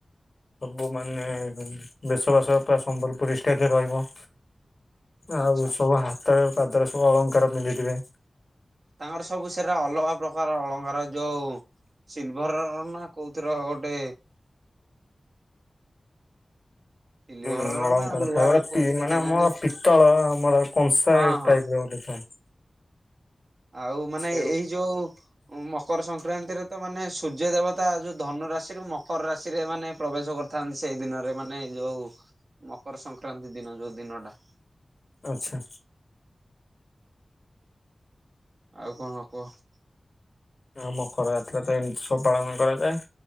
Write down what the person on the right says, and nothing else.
ଆଚ୍ଛା
ତାଙ୍କର ସବୁ ସେରା ଅଲଗା ପ୍ରକାର ଅଳଙ୍କାର। ଯୋଉ ସିଲ୍ଭର ନା କୋଉଥିର ଗୋଟେ ସିଲିଭରର
ନା ଲୁହାର
କୋଉଥିରେ
କେଜାଣି
ହଁ
ହଁ
ଆଉ ମାନେ,
ଏଇ ଯୋଉ ମକର ସଂକ୍ରାନ୍ତିରେ ତ ମାନେ ସୂର୍ଯ୍ୟ ଦେବତା ଯୋଉ ଧନୁ ରାଶିରୁ ମକର ରାଶିରେ ମାନେ ପ୍ରବେଶ କରି ଥାନ୍ତି, ସେଇ ଦିନରେ, ମାନେ ଯୋଉ ମକର ସଂକ୍ରାନ୍ତି ଦିନ, ଯୋଉ ଦିନ ଟା।
ଆଉ କଣ କୁହ?